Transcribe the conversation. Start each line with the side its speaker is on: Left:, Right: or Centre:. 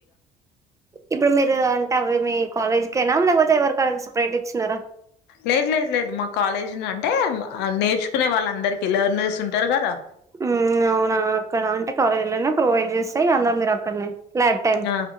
Right: ఇప్పుడు మీరు అంటవేమి కాలేజ్ కెనా లేకపోతే ఎవరికన్నా సపరేట్ ఇచ్చినారా
Left: లేదు లేదు లేదు మా కాలేజీనే అంటే నేర్చుకునే వాళ్ళ అందరికి లర్నర్స్ ఉంటారు కదా
Right: మ్మ్ అవునా అక్కడ అంటే కాలేజీలొనే ప్రొవైడ్ చేస్తాయి అందరు మీరు అక్కడనే ల్యాబ్ టైమ్
Left: ఆ